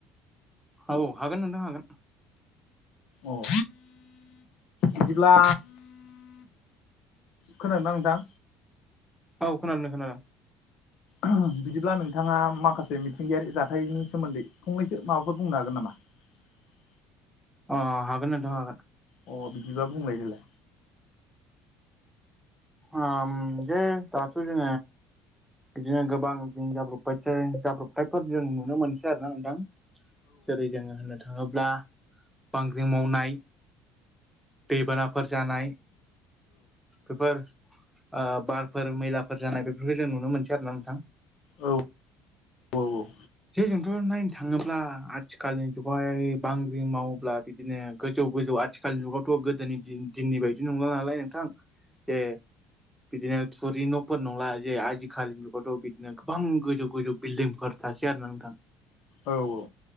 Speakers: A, in the centre; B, on the left (about 65°).
A: औ हागोन नोंथां हागोन।
B: अ'। बिदिब्ला खोनादोंना नोंथां
A: औ खोनादों खोनादों
B: औ बिदिब्ला नोंथाङा माखासे मिथिंगायारि जाथायनि सोमोन्दै फंनैसो माबाफोर बुंनो हागोन नामा <unintelligible>
A: अ हागोन नोंथां हागोन
B: अ बिदिबा बुंलायदोलाय
A: आ जे दाथ' जों बिदिनो गोबां जाब्रब जाब्रबथायफोर जों नुनो मोनसै आरोना नोंथां जेरै जोङो होननो थाङोब्ला बांग्रिं मावनाय दैबानाफोर जानाय बेफोर बारफोर मैलाफोर जानाय बेफोरखौ जों नुनो मोनसै आरो ना नोंथां
B: औ औ औ
A: जे जोंथ' नायनो थाङोब्ला आथिखालनि जुगावहाय बांग्रिं मावोब्ला बिदिनो गोजौ आथिखालनि जुगावथ' गोदोनि दिननि बायदि नंला नालाय नोंथां ज बिदिनो थुरि न'फोर नंला जे आजिखालिनि जुगावथ' बिदिनो गोबां गोजौ गोजौ बिल्डिंफोर थासेआरोना नोंथां
B: औ औ